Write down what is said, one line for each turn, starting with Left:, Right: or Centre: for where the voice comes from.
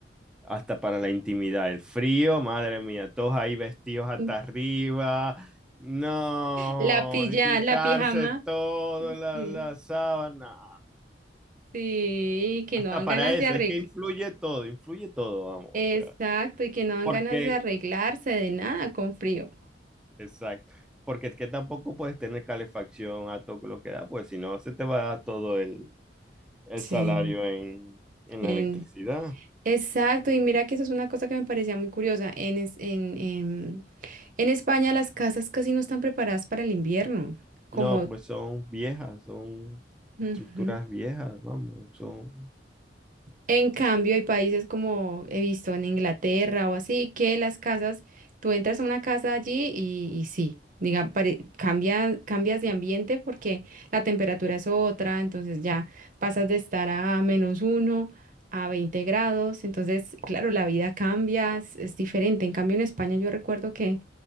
Centre: hasta para la intimidad. El frío, madre mía, todos ahí vestidos hasta
Right: Mm.
Centre: arriba. No,
Right: La pilla,
Centre: quitarse
Right: la pijama.
Centre: todo, la,
Right: Sí,
Centre: la sábana.
Right: sí, y que
Centre: Hasta
Right: no dan
Centre: para
Right: ganas
Centre: eso,
Right: de arreglar.
Centre: es que influye todo, influye todo, vamos.
Right: Exacto,
Centre: O sea,
Right: y que no dan
Centre: porque,
Right: ganas de arreglarse de nada con frío.
Centre: exacto, porque es que tampoco puedes tener calefacción a todo lo que da, pues si no, se te va todo el, el
Right: Sí.
Centre: salario en, en
Right: En,
Centre: la electricidad.
Right: exacto, y mira que eso es una cosa que me parecía muy curiosa. En, es- en, en, en España las casas casi no están preparadas para el invierno, como
Centre: No, porque son viejas, son
Right: Ujú.
Centre: estructuras viejas, vamos, son
Right: En cambio, hay países como he visto en Inglaterra o así, que las casas, tú entras a una casa allí y, y sí, diga, pare- cambia- cambias de ambiente porque la temperatura es otra, entonces ya pasas de estar a menos uno a 20 grados, entonces, claro, la vida cambia, es, es diferente. En cambio, en España yo recuerdo que